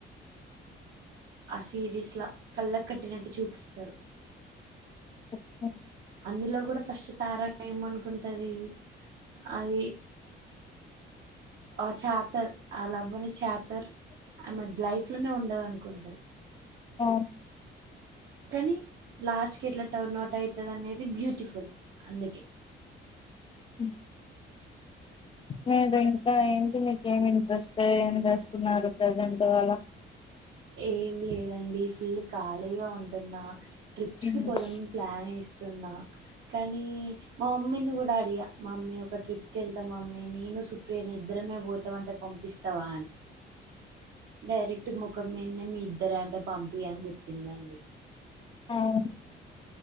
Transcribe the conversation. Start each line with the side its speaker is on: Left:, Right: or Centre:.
Right: ఆ సిరీస్ ల కళ్ళకు కట్టినట్టు చూపిస్తారు
Left: అచ్చా
Right: అందులో కూడా ఫస్ట్ తార ఏమనుకుంటది అది ఆ చాప్టర్ ఆ లవని చాప్టర్ ఆమె లైఫ్ లోనే ఉండదను గుంటది
Left: ఆ
Right: కానీ లాస్ట్ కి ఇట్ల టర్న్ అవుట్ అవుతుంది అనేది బ్యూటిఫుల్ అందుకే
Left: ఉ మీరు ఇంకా ఏంటి మీకేమి ఇంట్రెస్ట్ ఏం చేస్తున్నారు ప్రజెంట్ ఇవాళ
Right: ఏం లేదండి ఫుల్ ఖాళీగా ఉంటున్నా ట్రిప్స్
Left: ఫ్రెండ్స్
Right: కి పోదామని ప్లాన్ ఎస్ తున్న కానీ మా మమ్మీని కూడా అడిగా మా మమ్మీ ఒక ట్రిప్ క వెళ్తా మమ్మీ నేను సుప్రియను ఇద్దరమే పోతామంటే పంపిస్తావా అని డైరెక్ట్ మొ మొకమీన్నే మీ ఇద్దరు అంటే పంపియ అని చెప్పిందండి
Left: అవును